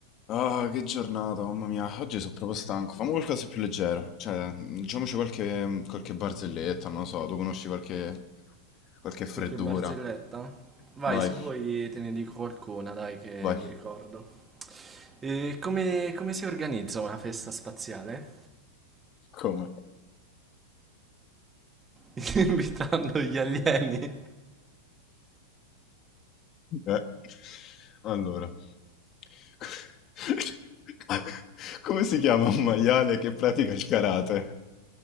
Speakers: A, on the left; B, on the right.
A: Ah, che giornata, mamma mia, oggi sono proprio stanco. Fammi qualcosa di più leggero. Cioè, diciamoci qualche, qualche barzelletta, non lo so, tu conosci qualche, qualche freddura.
B: Qualche barzelletta? Vai,
A: Vai,
B: se vuoi te ne dico qualcuna, dai, che
A: vai,
B: mi ricordo. E come, come si organizza una festa spaziale?
A: come?
B: <laughs> Invitando gli alieni?
A: Eh, Allora, <laughs> come si chiama un maiale che pratica il karate?